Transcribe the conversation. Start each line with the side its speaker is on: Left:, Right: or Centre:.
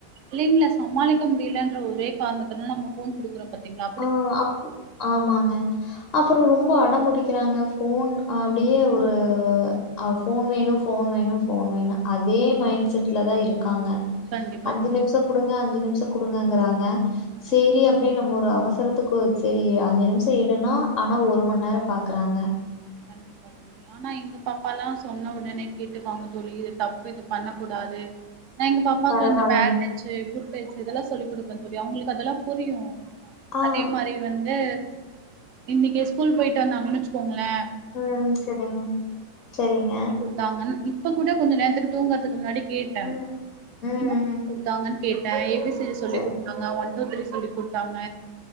Right: பிள்ளைங்களே சமாளிக்க முடியலன்ற ஒரே காரணத்தினாலே நம்ம ஃபோன் குடுக்குறோ பாத்தீங்ளா
Left: ஆ அப் ஆமாங்க அப்பறோ ரொம்போ அடம்புடிக்கிறாங்க ஃபோன் அப்டியே ஒரு அ ஃபோன் வேணோ ஃபோன் வேணோ ஃபோன் வேணோ அதே மைண்ட் செட்ல தா இருக்காங்க
Right: கண்டிப்பா
Left: அஞ்சி
Right: தோழி
Left: நிம்ஷோ குடுங்க அஞ்சி நிம்ஷோ குடுங்கங்குறாங்க
Right: ஆமா
Left: சேரி
Right: தோழி
Left: அப்டீயே நம்ம ஒரு அவசரத்துக்கு செரி அஞ்சி நிம்ஷோ இருனா ஆனா ஒரு மண்நேரோ பாக்குறாங்க
Right: கண்டிப்பா தோழி ஆனா எங்க பாப்பாலா சொன்ன ஒடனே கேட்டுப்பாங்க தோழி இது தப்பு இது பண்ண கூடாது நா எங்க பாப்பாக்கு
Left: பரவால்லங்க.
Right: இந்த பேட் டச் சு குட் டச்சு இதெல்லா சொல்லி குடுப்பே தோழி அவுங்களுக்கு அதெல்லா புரியு
Left: ஆ
Right: அதே மாரி வந்து இன்னிக்கு ஸ்கூல் போயிட்டு வந்தாங்கன்னு வெச்சுக்கோங்களே
Left: ம் செரிங்க செரிங்க
Right: குடுத்தாங்கன் இப்ப கூட கொஞ்ச நேரத்துக்கு தூங்குறதுக்கு முன்னாடி கேட்டே
Left: ம், ம், ம்.
Right: என்னடி சொல்லி குடுத்தாங்கன் கேட்டே ஏ பி சி டி சொல்லி
Left: சரி,
Right: குடுத்தாங்க ஒன் டூ த்ரீ சொல்லிக் குடுத்தாங்க